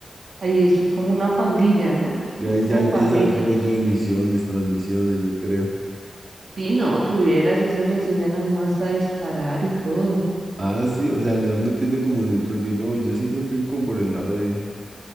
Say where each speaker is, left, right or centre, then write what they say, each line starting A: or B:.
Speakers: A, on the right; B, on the right.
A: ahí es como una pandilla, ¿no?
B: Y ahí
A: Como
B: ya empieza
A: pandillas.
B: el rollo de misiones, transmisiones, yo creo.
A: Sí, no, tuvieras, eso le enseñan a uno hasta a disparar y todo.
B: Ah, sí, o sea, le van metiendo como en el rollo. No, yo sí me fui como por el lado de,